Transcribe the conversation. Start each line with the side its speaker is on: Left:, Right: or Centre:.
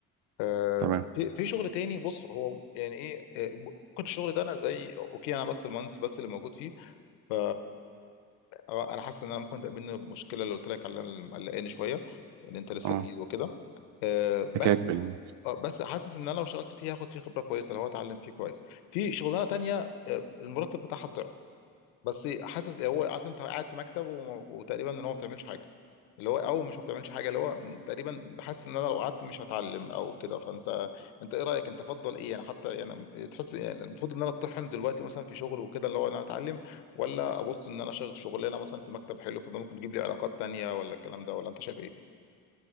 Left: آه،
Right: تمام
Left: في في شغل تاني بص هو يعني ايه آه، ممكن الشغل ده انا زي اوكي انا بس المهندس بس اللي موجود فيه ف انا حاسس ان انا ممكن تقابلني المشكله اللي قلت لك عليها اللي مقلقاني شويه ان انت لسه
Right: اه
Left: جديد وكده آه، بس
Right: حكاك بال
Left: آه، بس حاسس ان انا لو اشتغلت فيه هاخد فيه خبره كويسه لو اتعلم فيه كويس في شغلانه تانية آه، المرتب بتاعها الضعف بس حاسس هو عارف انت قاعد في مكتب وم- وتقريبا ان هو ما بتعملش حاجه اللي هو او مش ما بتعملش حاجه اللي هو م- تقريبا بحس ان انا لو قعدت مش هتعلم او كده فانت انت ايه رايك انت تفضل ايه يعني حتى يعني تحس يعني المفروض ان انا اتطحن دلوقتي مثلا في شغل وكده اللي هو ان انا اتعلم ولا ابص ان انا شغل شغلانه مثلا في مكتب حلو فده ممكن يجيب لي علاقات تانية ولا الكلام ده ولا انت شايف ايه